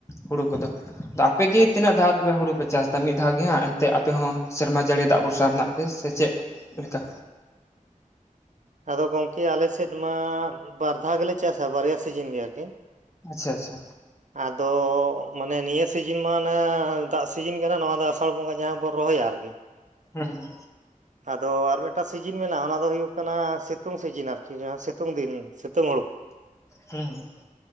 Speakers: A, on the left (about 20°); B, on the right (about 60°).
A: ᱦᱩᱲᱩ ᱠᱚᱫᱚ ᱟᱫᱚ ᱟᱯᱮᱜ ᱜᱮ
B: ᱟᱪᱪᱷᱟ
A: ᱛᱤᱱᱟᱹᱜ ᱫᱷᱟᱣ ᱚᱵᱮ ᱦᱩᱲᱩ ᱯᱮ ᱪᱟᱥ ᱮᱫᱟ ᱢᱤᱫ ᱫᱷᱟᱣ ᱜᱮ ᱦᱟᱸᱜ ᱮᱱᱛᱮᱫ ᱟᱯᱮ ᱦᱚᱸ ᱥᱮᱨᱢᱟ ᱡᱟᱹᱲᱤ ᱫᱟᱜ ᱵᱷᱚᱨᱥᱟ ᱨᱮᱱᱟᱜ ᱯᱮ ᱥᱮ ᱪᱮᱫ ᱞᱮᱠᱟ?
B: ᱟᱫᱚ ᱜᱚᱢᱠᱮ ᱟᱞᱮ ᱥᱮᱫ ᱢᱟ ᱵᱟᱨ ᱫᱷᱟᱣ ᱜᱮᱞᱮ ᱪᱟᱥᱟ ᱵᱟᱨᱭᱟ ᱥᱤᱡᱤᱱ ᱜᱮ ᱟᱨᱠᱤ,
A: ᱟᱪᱪᱷᱟ ᱟᱪᱪᱷᱟ
B: ᱟᱫᱚ ᱢᱟᱱᱮ ᱱᱤᱭᱟᱹ ᱥᱤᱡᱤᱱ ᱢᱟ ᱮ ᱫᱟᱜ ᱥᱤᱡᱤᱱ ᱠᱟᱱᱟ ᱱᱚᱣᱟ ᱫᱚ ᱟᱥ ᱟᱥᱟᱲ ᱵᱚᱸᱜᱟ ᱡᱟᱦᱟᱸ ᱵᱚᱱ ᱨᱚᱦᱚᱭᱟ ᱟᱨᱠᱤ
A: ᱦᱮᱸ ᱦᱩᱸ
B: ᱟᱫᱚ ᱟᱨ ᱢᱤᱫᱴᱟᱝ ᱥᱤᱡᱤᱱ ᱢᱮᱱᱟᱜᱼᱟ ᱚᱱᱟ ᱫᱚ ᱦᱩᱭᱩᱜ ᱠᱟᱱᱟ ᱥᱤᱛᱩᱝ ᱥᱤᱡᱤᱱ ᱟᱨᱠᱤ ᱡᱟᱦᱟᱸ ᱥᱤᱛᱩᱝ ᱫᱤᱱ ᱥᱤᱛᱩᱝ ᱦᱳᱲᱩ᱾
A: ᱦᱮᱸ ᱦᱮᱸ